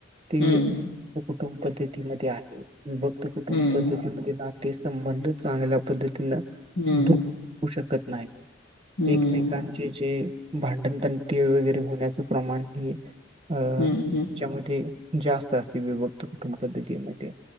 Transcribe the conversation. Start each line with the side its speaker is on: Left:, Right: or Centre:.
Right: ते
Left: हं, हं,
Right: कुटुंब पद्धती मध्ये आहे, विभक्त कुटुंब
Left: हं,
Right: पद्धतीमध्ये नाते संबंध चांगल्या पद्धतीनं
Left: हं,
Right: दुखवु शकत नाही.
Left: हं,
Right: एकमेकांचे जे भांडण तंटे वगैरे होण्याच प्रमाण हे अ
Left: हं.
Right: त्याच्यामध्ये जास्त असते विभक्त कुटुंब पद्धतीमध्ये.